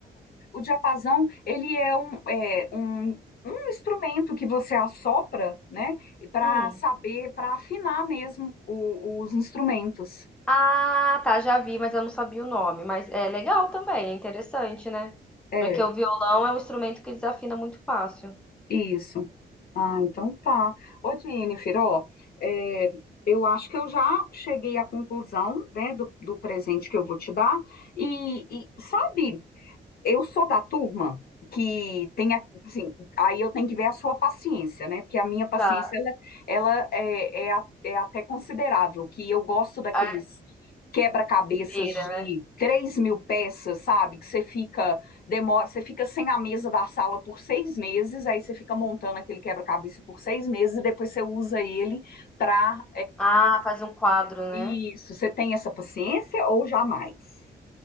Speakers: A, on the left; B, in the centre.
A: O diapasão, ele é um, é um, um instrumento que você assopra, né, para
B: Hum.
A: saber, para afinar mesmo o- os instrumentos.
B: Ah, tá, já vi, mas eu não sabia o nome. Mas é legal também, é interessante, né?
A: É,
B: Porque o violão é um instrumento que desafina muito fácil.
A: isso. Ah, então tá. Ô, Jennifer, ó, é, eu acho que eu já cheguei à conclusão, né, do, do presente que eu vou te dar. E, e sabe eu sou da turma que tem, a- assim, aí eu tenho que ver a sua paciência, né? Porque a minha paciência,
B: Tá,
A: ela, ela é, é, a- é até considerável, que eu gosto daqueles
B: a
A: quebra-cabeças
B: primeira.
A: de 3 mil peças, sabe? Que você fica, demora, você fica sem a mesa da sala por seis meses, aí você fica montando aquele quebra-cabeça por seis meses e depois você usa ele para,
B: Ah, faz um quadro, né?
A: isso, você tem essa paciência ou jamais?